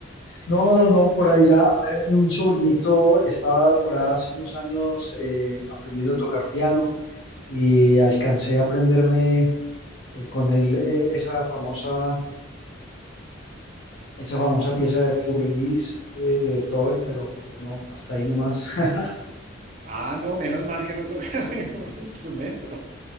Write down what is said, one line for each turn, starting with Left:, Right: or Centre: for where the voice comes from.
Left: No, no, no, por ahí ya eh, un sobrinito estaba por ahí hace unos años eh, aprendiendo a tocar piano y alcancé a aprenderme eh, con él eh, esa famosa, esa famosa pieza de Furrelis de, de Beethoven, pero, pero no, hasta ahí nomás. <laughs>
Right: Ah, no, menos mal que no tocas <laughs> ningún instrumento,